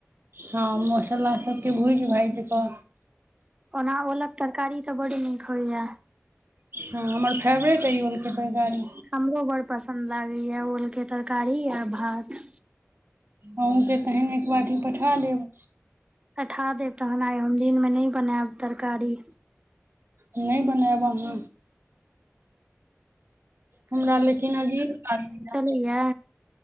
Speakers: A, on the right; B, on the right.
A: हँ मसाला सभके भूजि भाजि कऽ
B: ओना ओलक तरकारी तऽ बड्ड नीक होइये
A: हँ हमर फेवरेट अइ ओलके तरकारी
B: हमरो बड़ पसन्द लागैए ओलके तरकारी आ भात
A: अहूँ के तहन एक बाटी पठा देब
B: पठा देब तहन आइ हम दिन मे नहि बनायब तरकारी
A: नहि बनाएब अहाँ हमरा लेकिन अजीब <unintelligible> लागैये
B: किये